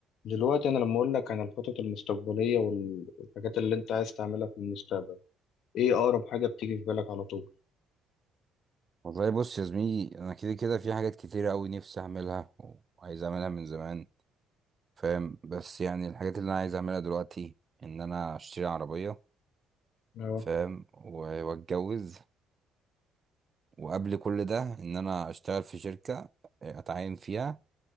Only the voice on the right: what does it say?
والله بص يا زميلي انا كده كده في حاجات كتيرة قوي نفسي اعملها وعايز اعملها من زمان فاهم بس يعني الحاجات اللي انا عايز اعملها دلوقتي ان انا اشتري عربية
فاهم و- واتجوز وقبل كل ده ان انا اشتغل في شركة آه، اتعين فيها